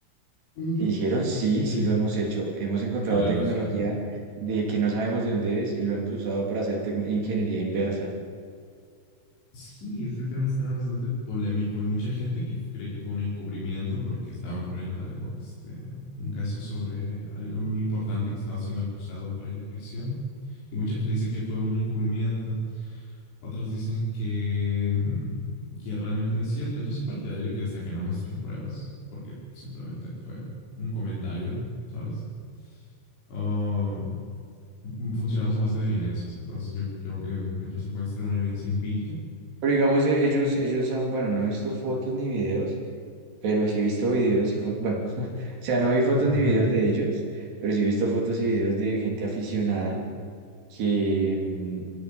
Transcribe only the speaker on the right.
Y dijeron, sí,
sí lo hemos hecho, hemos encontrado
tecnología
de que no sabemos de dónde es y lo hemos usado para hacer tec- ingeniería inversa.
Pero digamos, eh, ellos, ellos han, bueno, no he visto fotos ni videos, pero sí he visto videos y fotos, bueno, <laughs> o sea, no vi fotos
ni videos de ellos, pero sí he visto fotos y videos de gente aficionada que, mm,